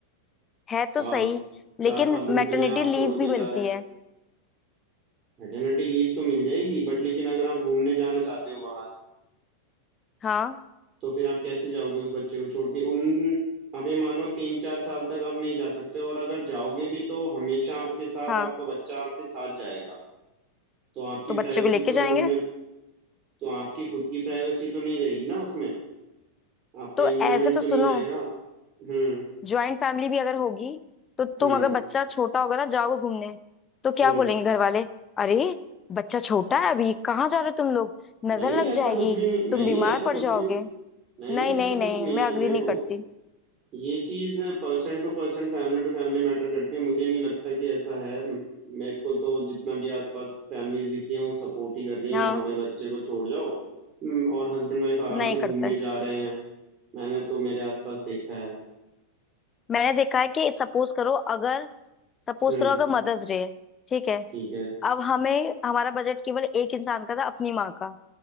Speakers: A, on the left; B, on the right.
A: है तो
B: आप
A: सही लेकिन
B: चार पांच दिन
A: मैटरनिटी
B: के लिए आप
A: लीव
B: छोड़ के
A: भी मिलती
B: जा रहे हो
A: है
B: मैटरनिटी लीव तो मिल जाएगी बट लेकिन अगर आप घूमने जाना चाहते हो बाहर
A: हाँ
B: तो फिर आप कैसे जाओगे उस बच्चे को छोड़ के उन आप ये मानो तीन चार साल तक आप नहीं जा सकते और अगर जाओगे भी तो हमेशा आपके साथ
A: हाँ
B: आपका बच्चा आपके साथ जाएगा तो आपकी
A: तो बच्चे
B: प्राइवेसी
A: को लेके
B: तो घूमने
A: जाएंगे
B: तो आपकी खुद की प्राइवेसी तो नहीं रहेगी ना उसमें आपका
A: तो
B: एंजॉयमेंट
A: ऐसे
B: तो
A: तो सुनो
B: नहीं रहेगा हम्म
A: ज्वाइंट फैमिली भी अगर होगी तो तुम
B: हम्म
A: अगर बच्चा छोटा होगा ना जाओगे घूमने तो क्या
B: हम्म
A: बोलेंगे घर वाले अरे बच्चा छोटा है अभी कहाँ जा रहे हो तुम लोग नजर
B: नहीं नहीं
A: लग
B: ऐसा
A: जाएगी
B: कुछ भी नहीं नहीं
A: तुम बीमार
B: नहीं ऐसा
A: पड़
B: कुछ
A: जाओगे
B: भी नहीं नहीं
A: नहीं
B: नहीं
A: नहीं
B: ऐसा कुछ
A: नहीं
B: नहीं
A: मैं
B: है
A: अग्री
B: देखो
A: नहीं करती
B: ये चीज person to person family to family matter करती है मुझे नहीं लगता कि ऐसा है म- मेरे को तो जितना भी आसपास फैमिलीज दिखी हैं वो सपोर्ट ही कर रही हैं
A: हाँ
B: कि हाँ भाई बच्चे को छोड़ जाओ हम्म, और हस्बैंड वाइफ आराम
A: नहीं
B: से घूमने
A: करते
B: जा रहे हैं मैंने तो मेरे आसपास देखा है
A: मैंने देखा है कि सपोज करो अगर सपोज
B: हम्म
A: करो अगर मदर्स डे है ठीक है
B: ठीक है
A: अब हमें हमारा बजट केवल एक इंसान का था अपनी माँ का